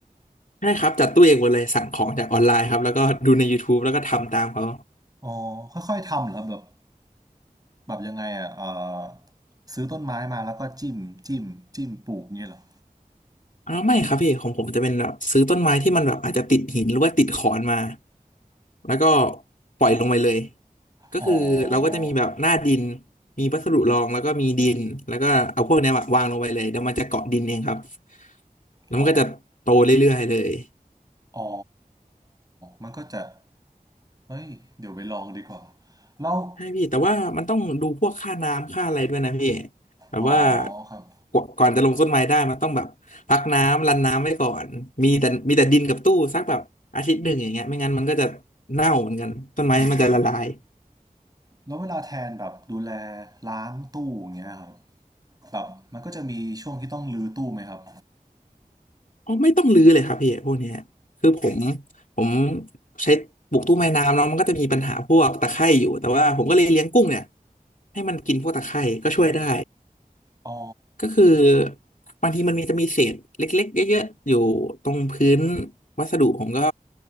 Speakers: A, on the left; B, on the right.
A: ใช่ครับจัดตู้เองหมดเลยสั่งของจากออนไลน์ครับแล้วก็ดูใน YouTube แล้วก็ทำตามเขา
B: อ๋อค่อยๆทำเหรอครับแบบ แบบยังไงอ่ะเอ่อซื้อต้นไม้มาแล้วก็จิ้มจิ้มจิ้มปลูกเงี้ยเหรอ
A: อ่าไม่ครับพี่ของผมจะเป็นแบบซื้อต้นไม้ที่มันแบบอาจจะติดหินหรือว่าติดขอนมาแล้วก็ปล่อยลงไปเลยก็คือเราก็จะมีแบบหน้าดิน
B: อ๋อ
A: มีวัสดุรองแล้วก็มีดินแล้วก็เอาพวกเนี้ยวางลงไปเลยเดี๋ยวมันจะเกาะดินเองครับแล้วมันก็จะโตเรื่อยๆเลย
B: อ๋ออ๋อมันก็จะเฮ้ยเดี๋ยวไปลองดีกว่าแล้ว
A: ใช่พี่แต่ว่ามันต้องดูพวกค่าน้ำค่าอะไรด้วยนะพี่แบบว่า
B: อ๋อครับ
A: กว่าก่อนจะลงต้นไม้ได้มันต้องแบบพักน้ำรันน้ำไว้ก่อนมีแต่มีแต่ดินกับตู้สักแบบอาทิตย์หนึ่งอย่างเงี้ยไม่งั้นมันก็จะเน่าเหมือนกันต้นไม้มันจะละลาย
B: อืมแล้วเวลาแทนแบบดูแลล้างตู้อย่างเงี้ยครับแบบมันก็จะมีช่วงที่ต้องรื้อตู้ไหมครับ
A: อ๋อไม่ต้องรื้อเลยครับพี่พวกเนี้ยคือผมผมใช้ปลูกตู้ไม้น้ำเนาะมันก็จะมีปัญหาพวกตะไคร่อยู่แต่ว่าผมก็เลยเลี้ยงกุ้งเนี่ยให้มันกินพวกตะไคร่ก็ช่วยได้
B: อ๋อ
A: ก็คือบางทีมันมีจะมีเศษเล็กๆเยอะๆอยู่ตรงพื้นวัสดุผมก็